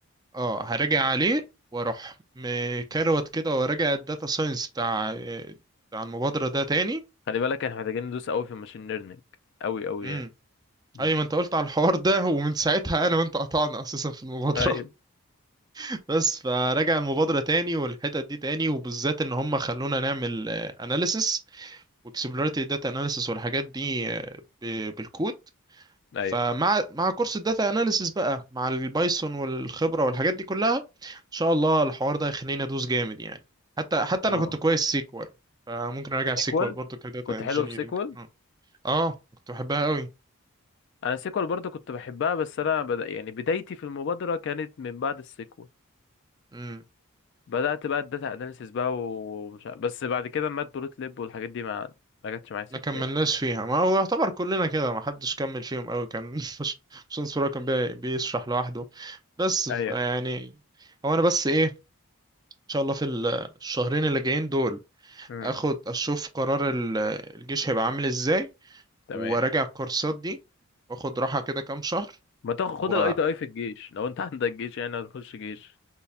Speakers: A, on the right; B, on the left.
A: اه هراجع عليه واروح مكروت كده وراجع الداتا ساينس بتاع آه، بتاع المبادرة ده تاني
B: خلي بالك احنا محتاجين ندوس قوي في الماشين ليرنينج قوي قوي
A: امم
B: يعني مم.
A: اي ما انت قلت على الحوار ده ومن ساعتها انا وانت قطعنا اساسا في المبادرة
B: ايوه
A: <laughs> بس فراجع المبادرة تاني والحتت دي تاني وبالذات ان هم خلونا نعمل اناليسيس واكسبلوريتي داتا اناليسيس والحاجات دي آه، ب- بالكود
B: ايوه
A: فمع مع كورس الداتا اناليسيس بقى مع البايثون والخبره والحاجات دي كلها ان شاء الله الحوار ده هيخليني ادوس جامد يعني حتى حتى
B: اه
A: انا كنت كويس سيكوال فممكن اراجع
B: سيكوال
A: سيكوال برضو كداتا
B: كنت
A: انجينيرنج
B: حلو في سيكوال
A: اه آه، كنت بحبها قوي
B: انا سيكوال برضو كنت بحبها بس انا بدا يعني بدايتي في المبادره كانت من بعد السيكوال
A: امم
B: بدأت بقى الداتا اناليسيس بقى ومش ع- بس بعد كده مات بلوت ليب والحاجات دي ما ما جاتش معايا سكة
A: ما كملناش
B: يعني.
A: فيها ما هو يعتبر كلنا كده ما حدش كمل فيهم قوي كان <laughs> مش مش انصر كان بي- بيشرح لوحده بس
B: ايوه
A: يعني هو انا بس ايه ان شاء الله في ال- الشهرين اللي جايين دول
B: امم
A: اخد اشوف قرار ال- الجيش هيبقى عامل ازاي
B: تمام
A: وراجع الكورسات دي واخد راحة كده كام شهر
B: ما تاخد خد
A: و
B: الاي تي اي في الجيش لو انت <laughs> عندك جيش يعني هتخش جيش